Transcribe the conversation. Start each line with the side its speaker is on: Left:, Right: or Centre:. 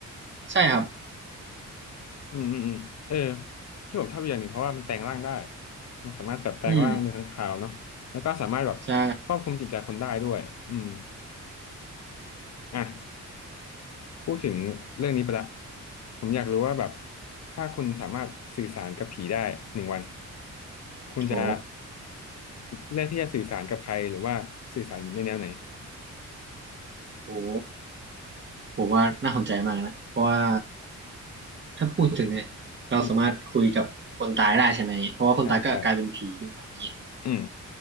Right: ใช่ครับ
Left: อืมอืมอืมเออที่ผมชอบอีกอย่างหนึ่งเพราะว่ามันแปลงร่างได้มันสามารถแบบแปลงร่างเป็นค้างคาวเนาะแล้วก็สามารถแบบควบคุมจิตใจคนได้ด้วยอืม
Right: อืมใช่
Left: อ่ะพูดถึงเรื่องนี้ไปละผมอยากรู้ว่าแบบถ้าคุณสามารถสื่อสารกับผีได้หนึ่งวันคุณจะ
Right: โอ้
Left: เลือกที่จะสื่อสารกับใครหรือว่าสื่อสารในแนวไหน
Right: โอ้ผมว่าน่าสนใจมากนะเพราะว่าถ้าพูดถึงเนี่ยเราสามารถคุยกับคนตายได้ใช่ไหมเพราะว่าคนตายก็กลายเป็นผีวิญญาณอะไรเงี้ย
Left: อืมอืมใช่ใช่อืม